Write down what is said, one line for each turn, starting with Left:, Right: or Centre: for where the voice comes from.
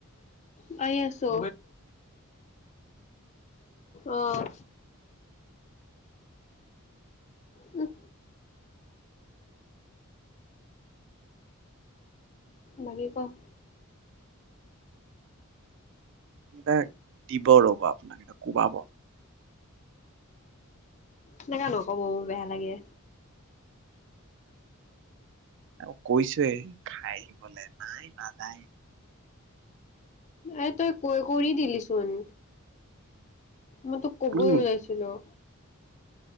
Left: খাই <unintelligible> আছো অহ উম বাকী ক <unintelligible>
Right: এ দিব ৰ'ব আপোনাক এতিয়া কোবাব
Left: তেনেক নক'ব ও বেয়া লাগে।
Right: আৰু কৈছোৱে খাই আহিবলৈ নাই ন নাই
Left: এ তই কৈ কৰি দিলিচোন মই তো কবই
Right: উম
Left: উলাইছিলো